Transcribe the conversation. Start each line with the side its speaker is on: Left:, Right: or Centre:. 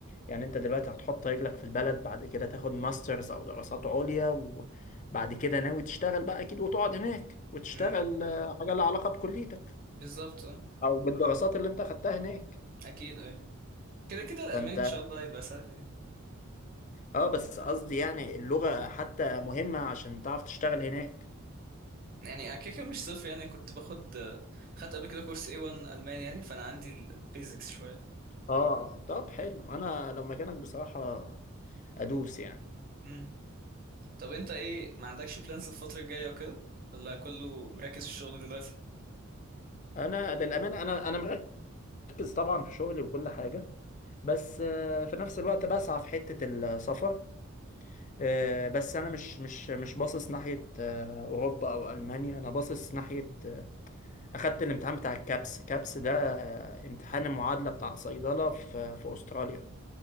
Left: يعني انت دلوقتي هتحط رجلك في البلد بعد كده تاخد ماسترز او دراسات عليا وبعد كده ناوي تشتغل بقى اكيد وتقعد هناك وتشتغل
Right: مم،
Left: آه، حاجة لها علاقة بكليتك
Right: بالظبط اه
Left: او بالدراسات اللي انت خدتها هناك
Right: أكيد اه كده كده الالماني
Left: فانت
Right: ان شاء الله هيبقى سهل يعني
Left: اه بس قصدي يعني اللغة حتى مهمة عشان تعرف تشتغل هناك
Right: يعني أنا كده كده مش صفر يعني كنت باخد خدت قبل كده كورس A1 الماني يعني فانا عندي البيزكس شويه
Left: اه طب حلو انا لو مكانك بصراحة ادوس يعني
Right: امم طب انت ايه ما عندكش بلانز الفتره الجايه وكده ولا كله مركز في الشغل دلوقتي
Left: انا للامانة انا انا مركز طبعا في شغلي وكل حاجة بس آه، في نفس الوقت بسعى في حتة السفر آه، بس انا مش مش مش باصص ناحية آه، اوروبا او المانيا انا باصص ناحية آه، اخدت الامتحان بتاع الكابس كابس ده آه، امتحان المعادلة بتاع صيدلة في في استراليا